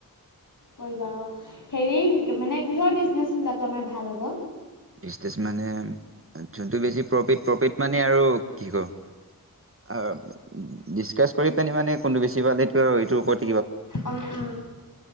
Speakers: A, on the left; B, on the right.
A: কৰিবা অ হেৰি মানে কিহৰ বিজনেচ খোলাতটো আমাৰ ভাল হ'ব? <unintelligible>
B: বিছনেছ মানে জোনটো বেছি প্ৰফিট প্ৰফিট মানে <unintelligible> আৰু কি ক <unintelligible> অ ডিচকাচ কৰি পি মানে কোনটো বেছি পালেটো <unintelligible> <inaudible>
A: আৰু